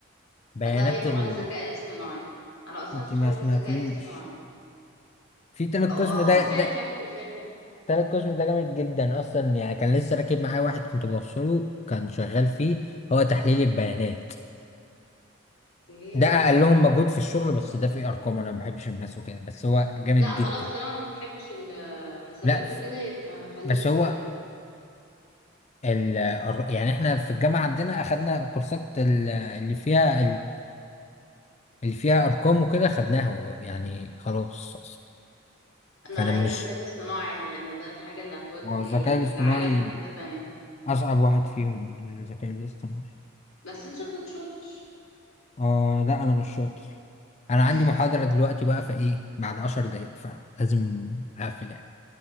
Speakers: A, on the left (about 30°); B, on the left (about 85°).
A: بيانات
B: انا رأيي طبعا
A: ال
B: الذكاء الاصطناعي انا اصلا
A: انت
B: صحابي
A: ما سمعتنيش
B: في الذكاء الاصطناعي
A: في تالت
B: او أو
A: قسم ده
B: اول ثالث
A: ده
B: واحد اول ثالث واحد
A: تالت قسم ده جامد جدا اصلا يعني كان لسه راكب معايا واحد كنت بوصله كان شغال فيه هو تحليل البيانات
B: اوكي
A: ده اقلهم مجهود في الشغل بس ده فيه ارقام انا ما بحبش الماس وكده بس هو جامد
B: لا
A: جدا
B: خلاص طالما ما بتحبش الحسابات
A: لا ف...
B: وكده يبقى خليك
A: بس
B: في
A: هو ال... الر- يعني احنا في الجامعة عندنا اخدنا كورسات ال- اللي فيها اللي فيها ارقام وكده خدناها يعني خلاص
B: انا
A: فانا
B: رأيي
A: مش
B: الذكاء الاصطناعي لان ده الحاجة اللي هتودي
A: ما هو الذكاء الاصطناعي
B: العالم في حتة تانية
A: أصعب واحد فيهم الذكاء الاصطناعي
B: بس انت شكلك شاطر
A: آه لا أنا مش شاطر انا
B: <laughs>
A: عندي محاضرة دلوقتي بقى فايه بعد عشر دقايق فلازم اقفل يعني